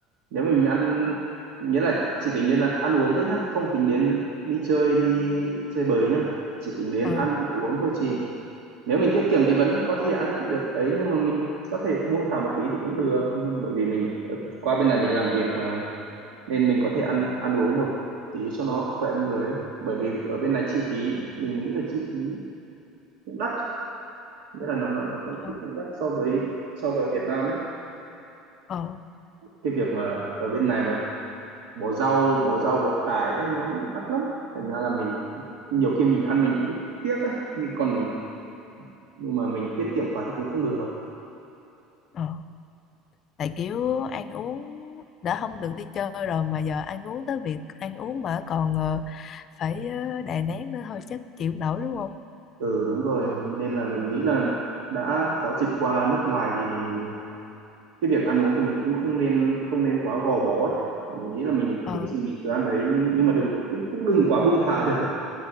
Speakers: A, on the right (about 75°); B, on the left (about 35°).
A: nếu mình ăn nghĩa là chỉ tính đến là ăn uống thôi nhá không tính đến đi chơi đi chơi bời nhá chỉ tính đến
B: Ờ,
A: ăn uống thôi chị nếu mình tiết kiệm thì vẫn có thể ăn được ấy nhưng mà mình có thể buông thả một tí thì cũng được Nhưng bởi vì mình ờ, qua bên này mình làm việc mà nên mình có thể ăn ăn uống một tí cho nó khỏe người ấy. bởi vì ở bên này chi phí mình nghĩ là chi phí cũng đắt nghĩa là nó nó nó cũng
B: ờ,
A: cũng cũng đắt so với so với ở Việt Nam ấy
B: ờ,
A: cái việc mà ở bên này mà bỏ rau bỏ rau bỏ cải ấy, nó đắt lắm thành ra là mình nhiều khi mình ăn mình cũng tiếc ấy nhưng còn nhưng mà mình tiết kiệm quá thì cũng không được
B: ờ. Tại kiểu ăn uống đã không được đi chơi rồi mà giờ ăn uống tới việc ăn uống mà còn ờ, phải ờ, đè nén nữa thôi chắc chịu nổi đúng không?
A: ừ đúng rồi nên là mình nghĩ là đã có dịp qua nước ngoài thì mình cái việc ăn uống thì mình cũng không nên không nên quá gò bó ấy mình nghĩ là mình
B: Ờ,
A: thích gì mình cứ ăn ấy nhưng nhưng mà đừng có cũng, cũng đừng quá buông thả <laughs> được